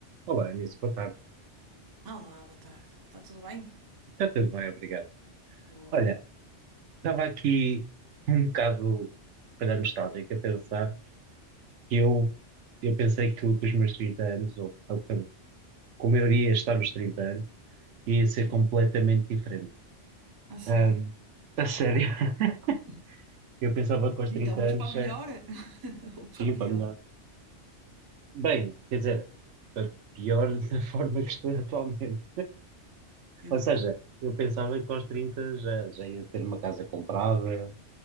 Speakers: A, on the right; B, on the right.
A: Olá, Anísio, boa tarde.
B: Olá, boa tarde. Está tudo bem?
A: Está tudo bem, obrigado.
B: Boa.
A: Olha, estava aqui um bocado, se calhar, nostálgico a pensar que eu, eu pensei que com os meus 30 anos, ou ou como eu iria estar nos 30 anos, ia ser
B: Sim.
A: completamente diferente.
B: A sério.
A: Ahm, a sério, <laughs>
B: <laughs>
A: eu pensava que aos
B: Então,
A: 30
B: mas
A: anos,
B: para
A: já,
B: melhor <laughs> ou
A: sim,
B: para pior?
A: para melhor. Bem, quer dizer, para pior <laughs> da forma que estou atualmente.
B: Exato.
A: Ou seja, eu pensava que aos 30 já, já ia ter uma casa comprada,